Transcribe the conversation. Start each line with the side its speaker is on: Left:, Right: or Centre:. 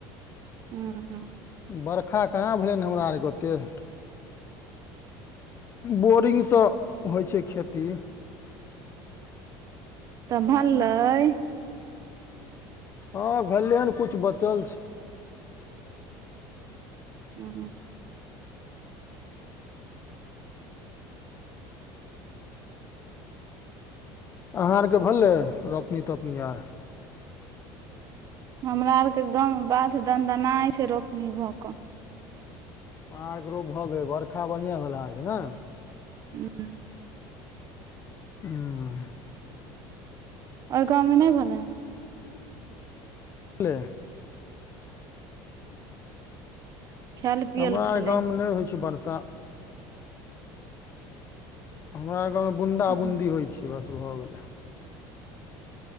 Right: हँ हँ।
Left: बरखा कहाँ भेलै हमरा आरके ओतेक। बोरिंगसँ होइ छैय खेती।
Right: त‌ऽ भललै।
Left: हँ भेलै हन किछु बचल छैय।
Right: ह ह।
Left: अहाँ आरके भेललै रोपनी तोपनी आर।
Right: हमरा आरके गाँम बाध दन्दनाइ छै रोपनी भऽ कऽ।
Left: आरके रोप भऽ गेलै बरखा बढ़िआं भेला अहां आरके ने।
Right: हुं।
Left: हुं।
Right: आओर गाँवमे नहि भेलै हन।
Left: भेलैे।
Right: खायल पियल
Left: हमरा
Right: भेलै
Left: आर गाँवमे नहि होइ छैय बरसा। हमरा गाँवमे बुन्दा
Right: हूँ
Left: बून्दी होइ छैय बस भऽ गेलै।